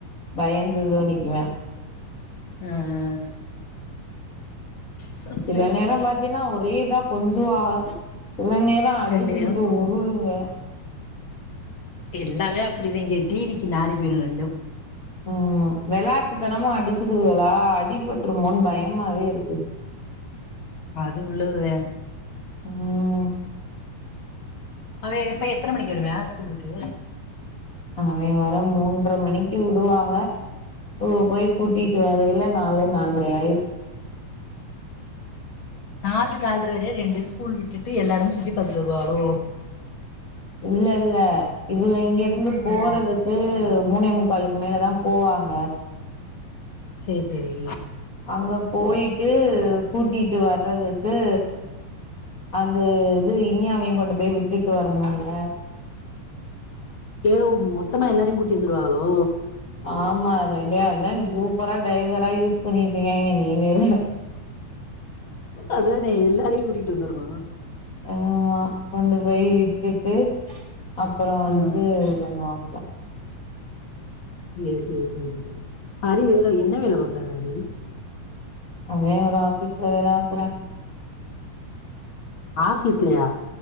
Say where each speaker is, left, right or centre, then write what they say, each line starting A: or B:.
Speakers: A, on the left (about 35°); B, on the left (about 60°).
A: பயந்துதா நிக்குவ்யா
B: அ அ சரி
A: சில நேரோ பாத்தீன்னா ஒரே இதா கொஞ்சுவாக சில நேரோ அடிச்சுக்குட்டு
B: ரெண்டு பேரு
A: உருளுங்க
B: எல்லாமே அப்டிதே இங்க டி வி க்கு நாறி போயிடு ரெண்டு
A: ம்மா வெளாட்டுத்தனமா அடிச்சிக்குதுகளா அடிபட்டுருமோன் பயமாவே இருக்குது
B: அது உள்ளதுதே
A: ம்
B: அவே எப்ப எத்தன மணிக்கு வருவ்வே ஸ்கூல்வுட்டு
A: அவே வர மூன்ற மணிக்கு வுடுவாங்க இவுக போய் கூட்டிட்டு வரேல்ல நாலு நால்ட்ரை ஆயிரு
B: நாலு நால்ட்ர வரையு ரெண்டு ஸ்கூல் விட்டுட்டு எல்லா எடமு சுத்திபாத்துட்டு வருவாகளோ
A: இல்ல இல்ல இவுக இங்கிருந்து போறதுக்கு
B: ஆ
A: மூணே முக் க்காளுக்கு மேலதா போவாக
B: சேரி சேரி
A: அங்க போயிட்டு கூட்டிட்டு வர்றதுக்கு அந்த இது இனியாவையு கொண்டு போய் விட்டுட்டு வரணும்ல்ல
B: ஏவ் மொத்தமா எல்லாரையு கூட்டி வந்துருவாகளோ
A: ஆமா ரெண்டேரு அதா சூப்பரா டைவரா யூஸ் பண்ணிட்ரீக்காய்ங்க நீ வேற
B: அதானே எல்லாரையு கூட்டிட்டு வந்தரணு
A: ஆமா கொண்டு போய் விட்டுட்டு அப்றோ வந்து
B: ஆ
A: <unintelligible>
B: ஏ சே சே சேரி சேரி ஹரி வேல என்ன வேல பாக்குறாரு அறிவு
A: அவே ஒரு ஆஃபீஸ்ல வேலவாக்றா
B: ஆஃப்பீஸ்லையா